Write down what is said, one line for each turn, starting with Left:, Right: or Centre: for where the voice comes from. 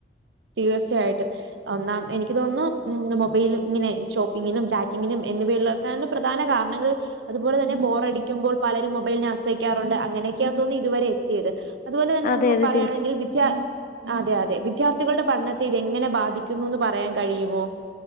Right: തീർച്ചയായിട്ടും ഓ ന്നാ എനിക്ക് തോന്നുന്നു മൊബൈല് ഇങ്ങനെ ഷോപ്പിങ്ങിനും ചാറ്റിങ്ങിനും എന്നിവയുള്ള കാരണം പ്രധാന കാരണങ്ങൾ അതുപോലെ തന്നെ ബോറടിക്കുമ്പോൾ പലരും മൊബൈലിനെ ആശ്രയിക്കാറുണ്ട് അങ്ങനേക്ക്യ തോന്നുന്നു ഇതുവരെ ത് അതുപോലെ തന്നെ
Left: അതെ
Right: നമുക്ക്
Left: അതെ
Right: പറയയാണെങ്കിൽ
Left: തീർച്ച
Right: വിദ്യ അതെ അതെ വിദ്യാർ ത്ഥികളുടെ പഠത്തെ ഇതെങ്ങനെ ബാധിക്കുന്നു ന്ന് പറയാൻ കഴിയുമോ